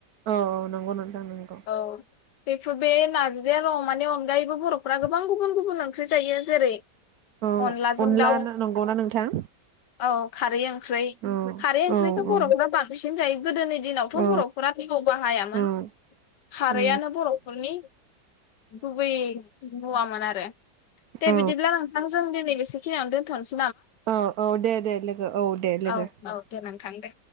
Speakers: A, on the right; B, on the left.
A: औ औ नंगौ नोंथां नोंगौ।
B: औ बेफोर बे नारजि आरो अमानि अनगायैबो बर'फ्रा गोबां गुबुन गुबुन ओंख्रि जायो जेरै-
A: औ
B: अनलाजों
A: अनला
B: दाउ
A: नंगौना नोंथां
B: औ खारै ओंख्रै
A: औ
B: खारै ओंख्रैखौ
A: औ औ
B: बर'फोरा बांसिन जायो। गोदोनि दिनावथ'
A: औ
B: बर'फोरा <unintelligible> बाहायामोन
A: उम
B: खा
A: औ
B: रैआनो बर'फोरनि गुबै मुवामोन। आरो दे
A: औ
B: बिदिब्ला नोंथांजों दिनै बेसे खिनि आवनो दोनथ'नस
A: औ औ दे दे लोगो औ दे लोगो।
B: औ औ दे नोंथां दे